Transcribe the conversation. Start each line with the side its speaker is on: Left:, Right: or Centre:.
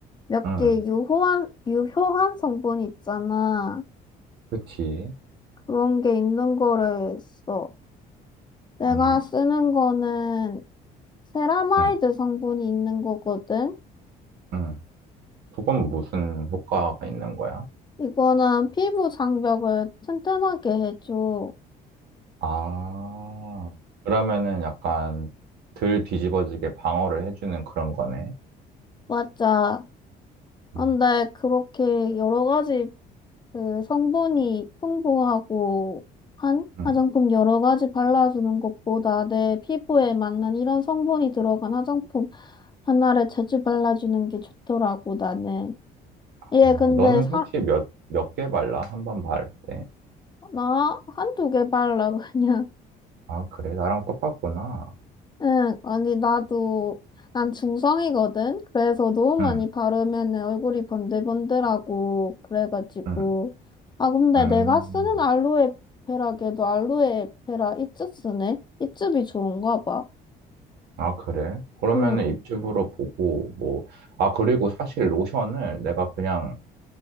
Left: 몇
Right: 음.
Left: 개 유효한, 유효한 성분이 있잖아.
Right: 그치.
Left: 그런 게 있는 거를 써. 내가
Right: 음,
Left: 쓰는 거는 세라마이드
Right: 음,
Left: 성분이 있는 거거든.
Right: 음. 그건 무슨 효과가 있는 거야?
Left: 이거는 피부 장벽을 튼튼하게 해줘.
Right: 아, 그러면은 약간 덜 뒤집어지게 방어를 해주는 그런 거네.
Left: 맞아. 근데
Right: 음,
Left: 그렇게 여러 가지 그 성분이 풍부하고 한
Right: 음.
Left: 화장품 여러 가지 발라주는 것보다 내 피부에 맞는 이런 성분이 들어간 화장품 하나를 자주 발라주는 게 좋더라고, 나는. 얘
Right: 아,
Left: 근데
Right: 너는
Left: 사,
Right: 혹시 몇, 몇 개 발라? 한 번 바를 때.
Left: 나 한두 개 발라, 그냥.
Right: 아, 그래? 나랑 똑같구나.
Left: 응, 아니, 나도, 난 중성이거든? 그래서 너무
Right: 응,
Left: 많이 바르면은 얼굴이 번들번들하고, 그래가지고.
Right: 응,
Left: 아, 근데
Right: 음.
Left: 내가 쓰는 알로에 베라걔도 알로에 베라 잎즙 쓰네? 잎즙이 좋은가 봐.
Right: 아, 그래? 그러면은
Left: 응,
Right: 입주부로 보고, 뭐, 아, 그리고 사실 로션을 내가 그냥